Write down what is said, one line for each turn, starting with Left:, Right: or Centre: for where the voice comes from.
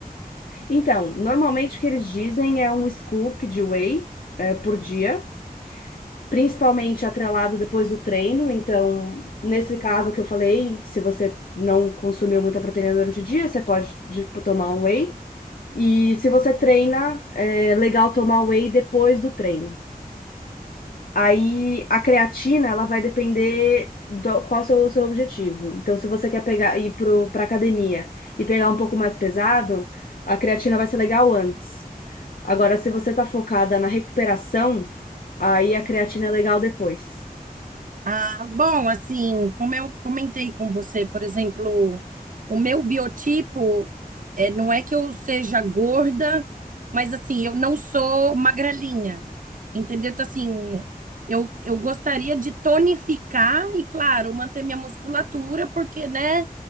Left: então, normalmente o que eles dizem é um scoop de whey, eh, por dia, principalmente atrelado depois do treino. Então, nesse caso que eu falei, se você não consumiu muita proteína durante o dia, você pode de- tomar um whey. E se você treina, é legal tomar whey depois do treino. Aí a creatina, ela vai depender do qual é o seu objetivo. Então, se você quer pegar ir para academia e pegar um pouco mais pesado, a creatina vai ser legal antes. Agora, se você tá focada na recuperação, aí a creatina é legal depois.
Right: Ah, bom, assim, como eu comentei com você, por exemplo, o meu biotipo é, não é que eu seja gorda, mas assim, eu não sou magrelinha, entendeu? Então, assim, eu, eu gostaria de tonificar e, claro, manter minha musculatura, porque, né,